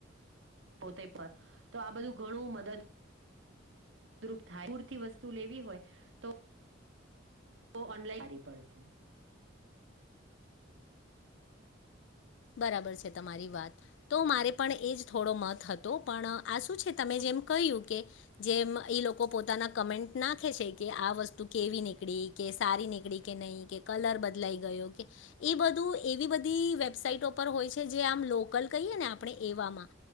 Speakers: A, on the right; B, on the left.
A: પોતે પર તો આ બધું ઘણું મદદ મદદરૂપ થાય પૂરથી વસ્તુ લેવી હોય તો તો ઓનલાઈન કરવી પડશે.
B: બરાબર છે તમારી વાત તો મારે પણ એ જ થોડો મત હતો પણ આ શું છે તમે જે એ કહ્યું કે જેમ ઈ લોકો પોતાના કમેન્ટ નાખે છે કે આ વસ્તુ કેવી નીકળી કે સારી નીકળી કે નહી કે કલર બદલાઈ ગયો કે એ બધું એવી બધી વેબસાઇટ ઉપ હોય છે જે આમ લોકલ કહીએ ને આપણે એવામાં